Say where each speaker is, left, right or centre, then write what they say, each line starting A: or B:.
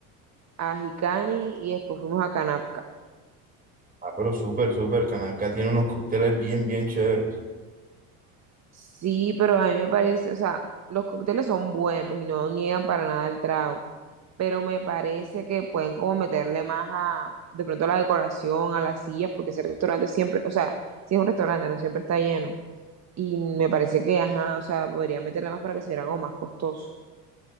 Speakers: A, on the right; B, on the right.
A: a Jicani y después fuimos a Canapca.
B: Ah, pero súper, súper, Canacá tiene unos cócteles bien, bien chéveres.
A: Sí, pero a mí me parece, o sea, los cócteles son buenos y no niegan para nada el trago, pero me parece que pueden como meterle más a, de pronto a la decoración, a las sillas, porque ese restaurante siempre, o sea, si es un restaurante, no siempre está lleno. Y me parece que, ajá, o sea, podría meterle más para que sea algo más costoso.